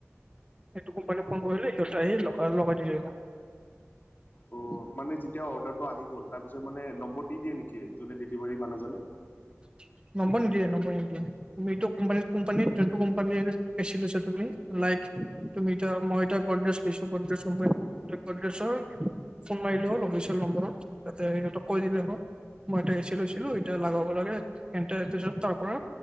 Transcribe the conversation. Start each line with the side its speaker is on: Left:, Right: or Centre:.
Right: সেইটো কোম্পানী ফোন কৰিলে সিহঁতে আহি লগ লগাই দি যাব
Left: অ'
Right: উ
Left: মানে যেতিয়া অৰ্ডাৰটো আহি গ'ল নম্বৰ দি দিয়ে নেকি ডিলিভাৰি মানুহজনে
Right: <unintelligible> নম্বৰ নিদিয়ে নম্বৰ নিদিয়ে তুমি এইটো ক কোম্পানী যোনটো কোম্পানী বেচছ তুমি লাই তুমি এ তয়া মই এ তাৰ বদেছ লিছো ব্ৰছ বদেচৰ ফোন মাৰিলে হ'ল অফিচিয়েল নম্বৰত তাতে সিহঁক কৈ দিলে হ'ল মই এটা এ চি লৈছিলোঁ, এতিয়া লাগাব লাগে। এণ্টাইয়াৰ আৰ্টিচৰ তাৰ পৰা